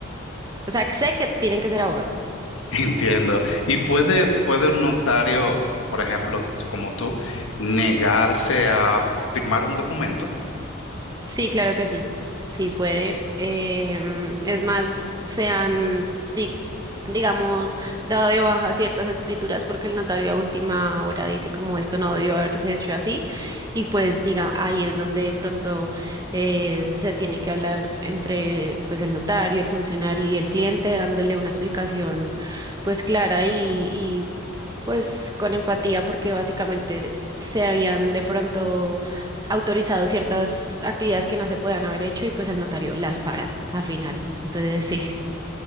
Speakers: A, on the right; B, on the left.
A: O sea, sé que tienen que ser abogados.
B: Entiendo. ¿Y puede, puede un notario, por ejemplo, tú- como tú, negarse a firmar un documento?
A: Sí, claro que sí. Sí puede. Em, es más, se han, di- digamos, dado de baja ciertas escrituras porque el notario a última hora dice como esto no debió haberse hecho así y pues diga, ahí es donde de pronto eh, se tiene que hablar entre pues el notario, el funcionario y el cliente dándole una explicación pues clara y, pues con empatía, porque básicamente se habían de pronto autorizado ciertas actividades que no se podían haber hecho y pues el notario las para a final. Entonces, sí.